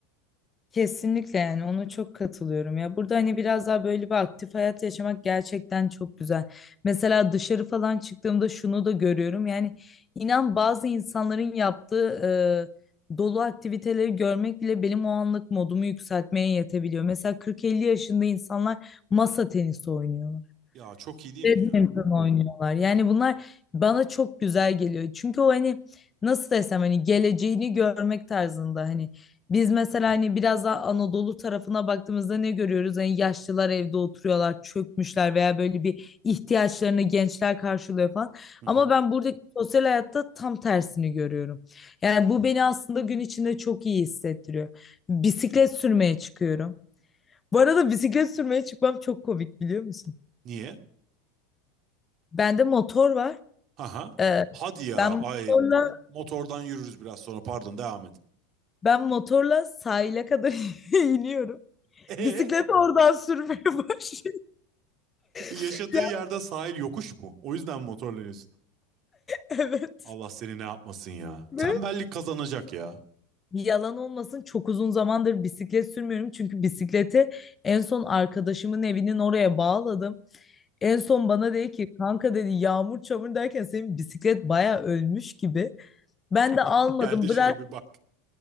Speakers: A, on the left; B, on the right.
A: kesinlikle yani ona çok katılıyorum ya. Burada hani biraz daha böyle bir aktif hayat yaşamak gerçekten çok güzel. Mesela dışarı falan çıktığımda şunu da görüyorum. Yani inan bazı insanların yaptığı e, dolu aktiviteleri görmek bile benim o anlık modumu yükseltmeye yetebiliyor. Mesela 40-50 yaşında insanlar masa tenisi oynuyorlar.
B: Ya çok iyi değil
A: Badminton
B: mi ya?
A: oynuyorlar. Yani bunlar bana çok güzel geliyor. Çünkü o hani nasıl desem hani geleceğini görmek tarzında hani biz mesela hani biraz daha Anadolu tarafına baktığımızda ne görüyoruz? Hani yaşlılar evde oturuyorlar, çökmüşler veya böyle bir ihtiyaçlarını gençler karşılıyor falan.
B: Hı hı.
A: Ama ben buradaki sosyal hayatta tam tersini görüyorum. Yani bu beni aslında gün içinde çok iyi hissettiriyor. Bisiklet sürmeye çıkıyorum. Bu arada bisiklet sürmeye çıkmam çok komik biliyor musun?
B: Niye?
A: Bende motor var.
B: Haha.
A: Ee,
B: Hadi ya.
A: ben motorla
B: Ay motordan yürürüz biraz sonra. Pardon devam et.
A: ben motorla sahile kadar <laughs> iniyorum.
B: Ee,
A: Bisikleti oradan sürmeye başlıyorum.
B: yaşadığı
A: <laughs> Ya,
B: yerde sahil yokuş mu? O yüzden mi motorlanıyorsun?
A: evet.
B: Allah seni ne yapmasın ya.
A: Ve
B: Tembellik kazanacak ya.
A: yalan olmasın çok uzun zamandır bisiklet sürmüyorum. Çünkü bisikleti en son arkadaşımın evinin oraya bağladım. En son bana dedi ki kanka dedi yağmur çamur derken senin bisiklet baya ölmüş gibi. Ben de
B: <laughs>
A: almadım
B: Gel de şuna
A: bıraktım.
B: bir bak.